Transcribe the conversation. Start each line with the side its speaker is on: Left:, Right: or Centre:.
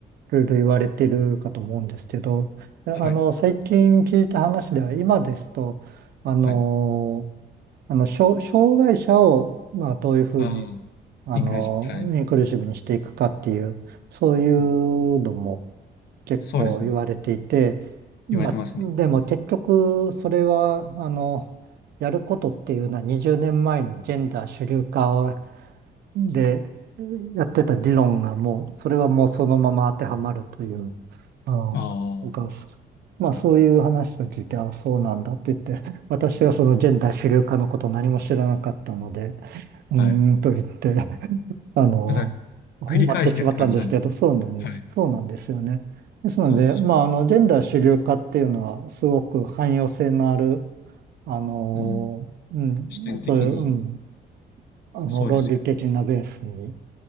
Right: いろいろ言われてるかと思うんですけど、いやあの、
Left: はい。
Right: 最近聞いた話では、今ですと、あの、
Left: はい。
Right: あの、障障害者を、まあ、どういうふうに、
Left: ああ、
Right: あの、
Left: インクルージョン。はい。
Right: インクルーシブにしていくかっていう、そういうのも、
Left: うん
Right: 結構言われていて、
Left: そうですね。
Right: まあ、
Left: 言われてますね。
Right: でも結局それは、あの、やることっていうのは20年前にジェンダー主流化でやってた議論がもう、それはもうそのまま当てはまるという、あの、
Left: ああ、は
Right: なんか、まあそういう話を聞いて、あ、そうなんだって言って、私はそのジェンダー主流化のことを何も知らなかったので、うーんと言って
Left: い。
Right: あの、
Left: だか
Right: 終わってしまったんですけど、
Left: 繰り返してって感じなんですね。
Right: そうなんです、
Left: はい。
Right: そうなんですよね。ですので、
Left: そう、そう。
Right: まあ、あの、ジェンダー主流化っていうのは、すごく汎用性のある、あの、
Left: うん。
Right: うん、
Left: 視点的に、
Right: そういう、うん、あの、
Left: そうですよね。
Right: 論理的なベースに